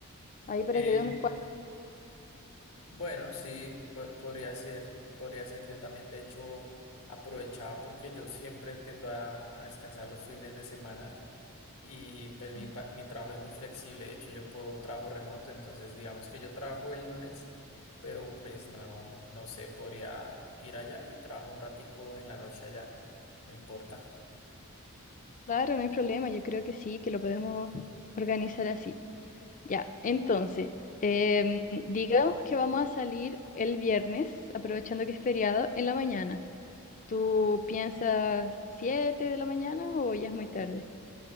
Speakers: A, on the left (about 35°); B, on the left (about 80°).
A: ahí para
B: Eh,
A: que dé unos cuatro.
B: bueno, sí, po- podría ser, podría ser. Yo también, de hecho, aprovechaba porque yo siempre tiendo a, a descansar los fines de semana y pues
A: días.
B: mi, pa- mi trabajo es muy flexible. De hecho, yo puedo trabajo remoto, entonces digamos que yo trabajo el lunes, pero pues no, no sé, podría ir allá y trabajo un ratico en la noche allá, no importa.
A: Claro, no hay problema, yo creo que sí, que lo podemos organizar así. Ya, entonces, em, digamos que vamos a salir el viernes, aprovechando que es feriado, en la mañana. ¿Tú piensas 7 de la mañana o ya es muy tarde?